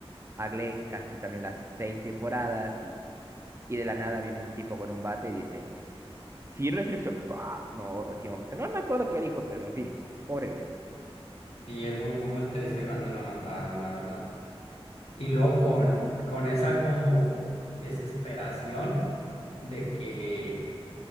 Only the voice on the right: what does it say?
a Glenn casi también las seis temporadas, y, y de la nada viene un tipo con un bate y dice... Sin restricciones. Ah, no, sí, vamos, no me acuerdo qué dijo, pero en fin, pobrele,